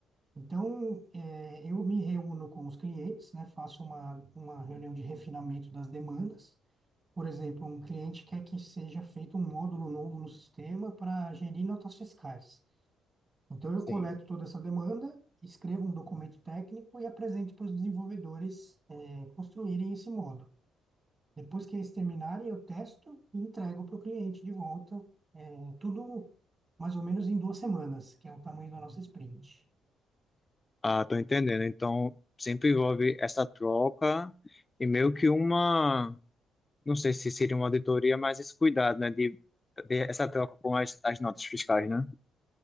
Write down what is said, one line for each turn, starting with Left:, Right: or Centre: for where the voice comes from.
Right: Então, eh, eu me reúno com os clientes, né? Faço uma, uma reunião de refinamento das demandas. Por exemplo, um cliente quer que seja feito um módulo novo no sistema para gerir notas fiscais. Então, eu
Left: Sim.
Right: coleto toda essa demanda, escrevo um documento técnico e apresento para os desenvolvedores, eh, construírem esse módulo. Depois que eles terminarem, eu testo e entrego para o cliente de volta, eh, tudo mais ou menos em duas semanas, que é o tamanho da nossa sprint.
Left: Ah, tô entendendo. Então, sempre envolve essa troca e meio que uma não sei se seria uma auditoria, mas esse cuidado, né, de, de essa troca com as, as notas fiscais, né?